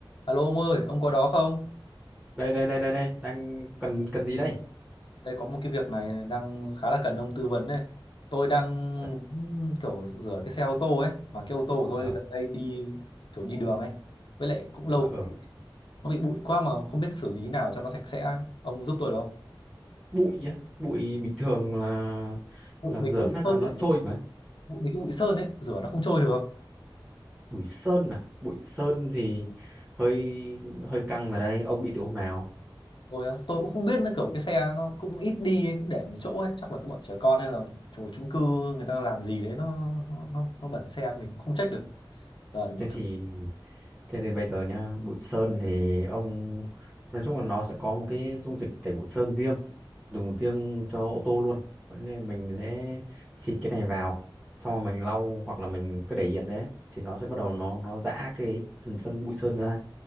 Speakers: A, on the left (about 65°); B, on the right (about 15°).
A: Alo ông ơi, ông có đó không?
B: đây đây đây đây đây đang cần cần gì đây
A: Đây có một cái việc này đang khá là cần ông tư vấn này. Tôi đang
B: à,
A: muốn kiểu rửa cái xe ô tô ấy, mà cái ô tô của tôi
B: ờ
A: gần đây đi kiểu đi đường ấy. Với lại cũng
B: ờ
A: lâu
B: ờ
A: nó bị bụi quá mà không biết xử lý nào cho nó sạch sẽ. ấy. Ông giúp tôi được không?
B: bụi á. bụi bình thường là
A: Bụi,
B: là
A: mấy
B: rửa
A: cái bụi
B: phát
A: sơn
B: là nó
A: ấy,
B: trôi mà
A: bụi, mấy cái bụi sơn ấy rửa nó không trôi được.
B: bụi sơn à bụi sơn thì hơi hơi căng ở đây ông bị từ hôm nào
A: Tôi á, tôi cũng không biết nữa kiểu cái xe nó cũng ít đi ấy, cũng để một chỗ ấy, chắc là cái bọn trẻ con hay là chủ chung cư người ta làm gì đấy nó nó nó, nó bẩn xe mình cũng không trách được. Giờ thì muốn
B: thế
A: xử
B: thì Thế thì bây giờ nhá, bụi sơn thì ông nói chung là nó sẽ có một cái dung dịch tẩy bụi sơn riêng, dùng riêng cho ô tô luôn. Thế Nên mình sẽ xịt cái này vào, xong rồi mình lau hoặc là mình cứ để yên đấy thì nó sẽ bắt đầu nó nó giã cái phần sơn bụi sơn ra